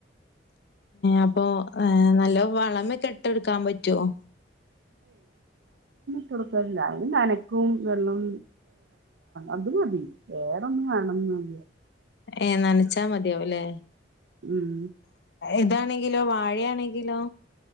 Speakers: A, on the left; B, on the right.
A: അപ്പൊ ഏർ നല്ല വളമ കെട്ട എടുക്കാൻ പറ്റുവോ
B: കൊടുക്ക അ നനക്കും വെള്ളം അത് മതി വേറൊന്ന വേണ ഉം
A: ഏ നനച്ചാ മതിയാവുംല്ലേ
B: ഉം
A: ഇതാണെങ്കിലോ വാഴയാണെങ്കിലോ